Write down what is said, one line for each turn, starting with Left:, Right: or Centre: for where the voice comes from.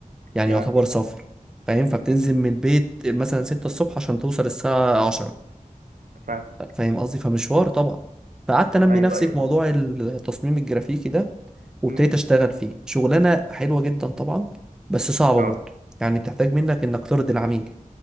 Centre: يعني
Right: يا
Centre: يعتبر
Right: لهوي
Centre: سفر فاهم فبتنزل
Right: مم.
Centre: من البيت مثلا ستة الصبح عشان توصل الساعة عشرة
Right: فاهمك
Centre: فاهم قصدي فمشوار طبعا فقعدت انمي
Right: ايوه
Centre: نفسي
Right: ايوه
Centre: في
Right: فاهم
Centre: موضوع التصميم الجرافيكي ده وابتديت
Right: مم.
Centre: اشتغل فيه شغلانة حلوة جدا طبعا بس صعبة
Right: اه
Centre: برضه يعني بتحتاج منك انك ترضي العميل